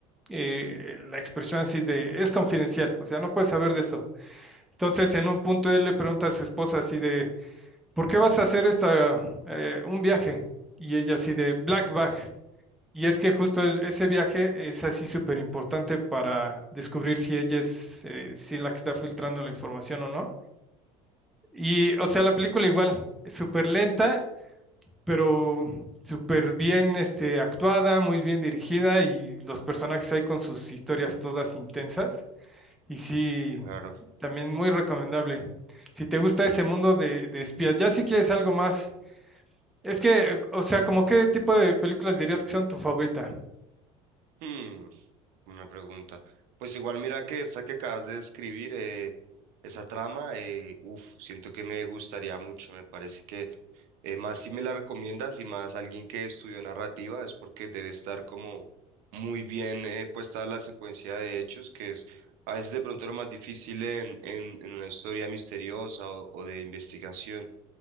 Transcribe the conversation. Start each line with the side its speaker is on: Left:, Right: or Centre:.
Centre: eh, la expresión así de es confidencial, o sea, no puedes saber de esto. Entonces en un punto él le pregunta a su esposa así de ¿por qué vas a hacer esta eh, un viaje? Y ella así de black bag. Y es que justo el- ese viaje es así súper importante para descubrir si ella es eh, si la que está filtrando la información o no. Y, o sea, la película igual, es súper lenta, pero súper bien este, actuada, muy bien dirigida y los personajes ahí con sus historias todas intensas. Y sí,
Right: claro.
Centre: también muy recomendable. Si te gusta ese mundo de, de espías, ya si quieres algo más. Es que, o sea, como qué tipo de películas dirías que son tu favorita?
Right: Hmm, una pregunta. Pues igual mira que esta que acabas de describir, eh, esa trama, eh, uf, siento que me gustaría mucho. Me parece que Eh, más si me la recomiendas y más alguien que estudió narrativa es porque debe estar como muy bien eh, puesta la secuencia de hechos, que es a veces de pronto lo más difícil en, en, en una historia misteriosa o, o de investigación.